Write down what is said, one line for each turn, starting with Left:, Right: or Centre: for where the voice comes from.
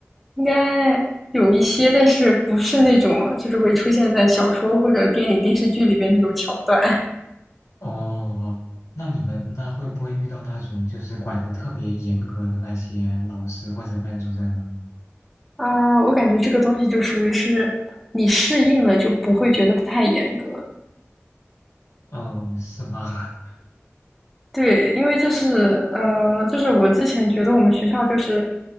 Centre: 应该有一些，但是不是那种就是会出现在小说或者电影、电视剧里边那种桥段
Left: 哦，那你们那会不会遇到那种就是管的特别严格的那些老师或者班主任啊？
Centre: 啊。我感觉这个东西就属于是你适应了，就不会觉得太严格。
Left: 哦，是吗？
Centre: 对，因为就是呃，就是我之前觉得我们学校就是